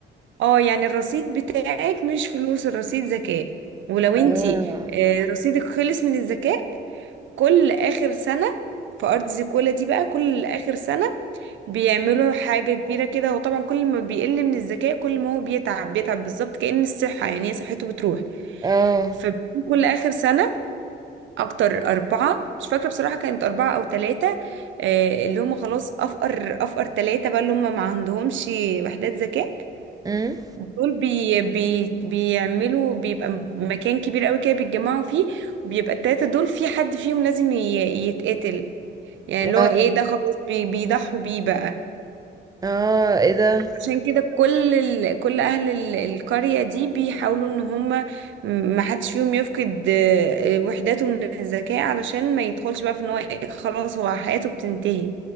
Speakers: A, on the right; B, on the right.
A: اه يعني الرصيد بتاعك مش فلوس الرصيد ذكاء ولو
B: اه
A: انتي آه، رصيدك خلص من الذكاء كل اخر سنة في ارض كولا دي بقى كل اخر سنة بيعملوا حاجة كبيرة كده هو طبعا كل ما بيقل من الذكاء كل ما هو بيتعب بيتعب بالظبط كأن الصحة يعني هي صحته بتروح
B: اه
A: فكل اخر سنة اكتر اربعة مش فاكرة بصراحة كانت اربعة او ثلاثة اللي هم خلاص افقر افقر ثلاثة بقى اللي هم ما عندهمش وحدات ذكاء
B: امم
A: دول بي بي بيعملوا بيبقى مكان كبير قوي كده بيتجمعوا فيه وبيبقى التلاتة دول في حد فيهم لازم ي- يتقتل يعني اللي
B: اه
A: هو ايه ده خلاص بي بيضحوا بيه بقى
B: اه ايه ده
A: عشان كده كل ال... كل اهل ال- القرية دي بيحاولوا ان هم ما حدش فيهم يفقد آه، آه، وحداته من الذكاء علشان ما يدخلش بقى في ان هو إيه خلاص هو حياته بتنتهي